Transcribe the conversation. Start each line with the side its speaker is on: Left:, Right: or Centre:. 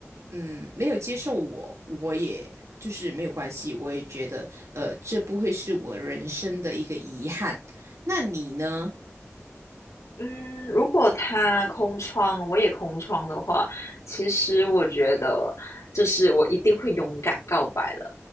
Right: 嗯，没有接受我，我也就是没有关系，我也觉得，呃，这不会是我人生的一个遗憾。那你呢？
Left: 嗯，如果他空窗，我也空窗的话，其实我觉得就是我一定会勇敢告白的。